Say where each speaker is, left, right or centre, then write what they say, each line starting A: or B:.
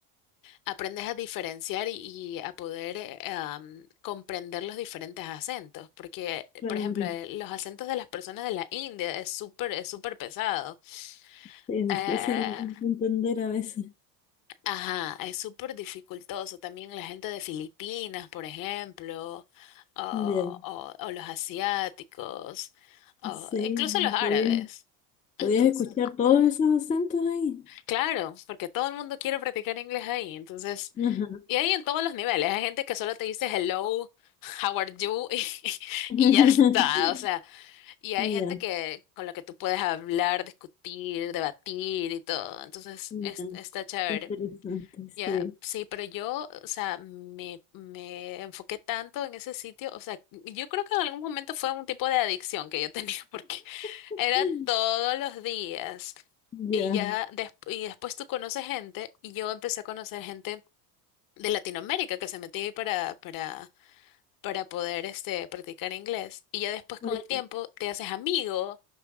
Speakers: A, on the left (about 45°); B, on the left (about 15°).
A: aprendes a diferenciar y, y a poder eh, am, comprender los diferentes acentos, porque, eh,
B: claro.
A: por ejemplo, eh, los acentos de las personas de la India es súper, es súper pesado.
B: Sí, es
A: Eh,
B: difícil entender a veces.
A: ajá, es súper dificultoso. También la gente de Filipinas, por ejemplo, o, o-
B: Ya.
A: o los asiáticos, o
B: Sí,
A: incluso los árabes.
B: podías, podías
A: Entonces,
B: escuchar todos esos acentos ahí.
A: claro, porque todo el mundo quiere practicar inglés ahí, entonces
B: Ajá.
A: Y hay en todos los niveles, hay gente que solo te dice hello, how are you <laughs> y,
B: <laughs>
A: y ya está, o sea, y hay
B: Ya,
A: gente que con la que tú puedes hablar, discutir, debatir y todo, entonces
B: ya.
A: es- está chévere.
B: Qué Interesante, sí.
A: Ya, sí, pero yo, o sea, me, me enfoqué tanto en ese sitio, o sea, yo creo que en algún momento fue un tipo de adicción que yo tenía <laughs> porque
B: <laughs>
A: era todos los días
B: Ya.
A: y ya des- y después tú conoces gente y yo empecé a conocer gente de Latinoamérica que se metía ahí para, para, para poder este, practicar inglés. Y ya después con
B: Oye,
A: el tiempo te haces amigo